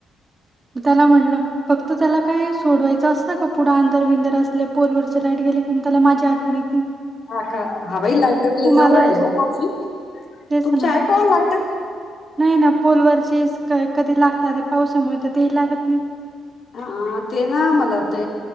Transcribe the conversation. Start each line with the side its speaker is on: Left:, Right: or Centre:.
Right: त्याला म्हणलं. फक्त त्याला काय सोडवायचं असतं का पुढं आंधारबिंधार असले पोलवरचे लाईट गेले की म त्याला माझी आठवण येत
Left: हाका हाबाई लायट बिलय
Right: मला
Left: जाऊ राहिले हो मावशी,
Right: तेच
Left: तुमची
Right: ना
Left: आहे का हो लायट?
Right: नाही ना पोलवरची कधी लागत आता पावसामुळे तर तेही लागत नाही.
Left: हा ते ना आम्हाला ते